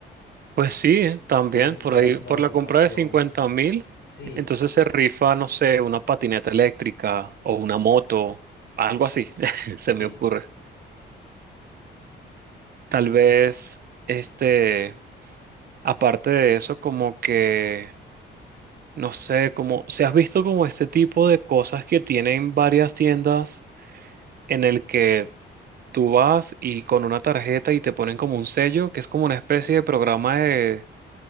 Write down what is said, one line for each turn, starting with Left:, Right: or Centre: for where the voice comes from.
Right: Pues sí, también
Left: para incentivar
Right: por ahí,
Left: como
Right: por
Left: la rotación.
Right: la compra de cincuenta mil,
Left: Sí,
Right: entonces se rifa, no sé, una patineta eléctrica o una moto, algo así, <laughs> se
Left: sí.
Right: me ocurre. Tal vez, este, aparte de eso, como que, no sé, como, ¿se has visto como este tipo de cosas que tienen varias tiendas en el que tú vas y con una tarjeta y te ponen como un sello, que es como una especie de programa de